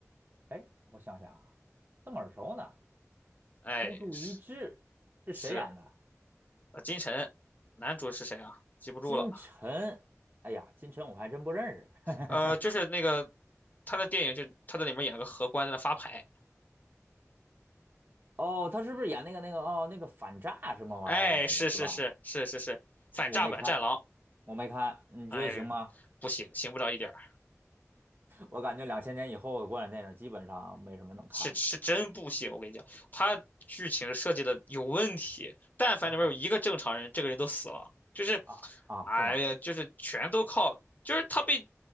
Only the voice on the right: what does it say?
哎，我想想啊，这么耳熟呢。
孤注一掷是谁演的？
金晨。哎呀，金晨我还真不认识。<laughs>
哦，他是不是演那个那个哦那个反诈什么玩意儿的那个是吧？
我没看，我没看，你觉得行吗？
我感觉两千年以后的国产电影基本上没什么能看的
嗯，
啊啊，
是吗？